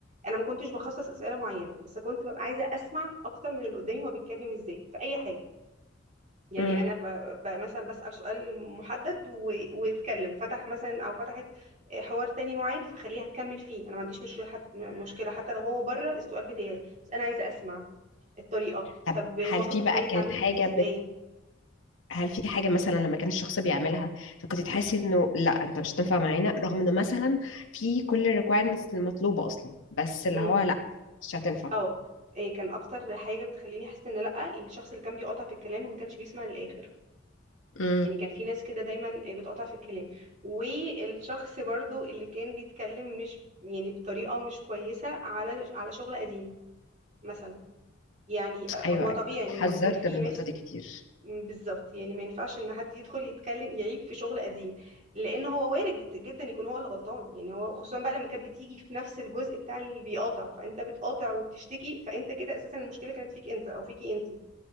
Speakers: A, on the right (about 40°); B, on the left (about 85°).
A: انا ما كنتش بخصص اسئله معينه بس كنت ببقى عايزه اسمع اكتر من اللي قدامي هو بيتكلم ازاي في اي حاجه يعني
B: مم.
A: انا ب... ب... مثلا بسأل سؤال محدد و... ويتكلم فتح مثلا او فتحت حوار تاني معين فخليها تكمل فيه انا ما عنديش مشكله حتى مشكله حتى لو هو بره السؤال بتاعي بس انا عايزه اسمع الطريقه
B: طب
A: طب الموقف
B: هل في
A: الفلاني
B: بقى
A: اتعاملتي
B: كانت حاجة
A: فيه ازاي
B: هل في حاجة مثلا لما كان الشخص بيعملها فكنت تحسي انه لا انت مش هتنفع معانا رغم انه مثلا في كل الريكويرمنتس المطلوبة اصلا بس اللي
A: امم
B: هو لا مش هتنفع
A: اه إيه كان اكتر حاجه بتخليني احس ان لا الشخص اللي كان بيقاطع في الكلام وما كانش بيسمع للاخر
B: امم
A: يعني كان في ناس كده دايما بتقاطع في الكلام والشخص برضو اللي كان بيتكلم مش يعني بطريقه مش كويسه على على شغل قديم مثلا يعني آه،
B: ايوه
A: هو
B: ايوه
A: طبيعي
B: اتحذرت
A: ان بيكون في
B: من النقطة
A: مس
B: دي كتير
A: بالظبط يعني ما ينفعش ان حد يدخل يتكلم يعيب في شغل قديم لان هو وارد جد- جدا يكون هو اللي غلطان يعني هو خصوصا بقى لما كانت بتيجي في نفس الجزء بتاع اللي بيقاطع فانت بتقاطع وبتشتكي فانت كده اساسا المشكله كانت فيك انت او فيكي انت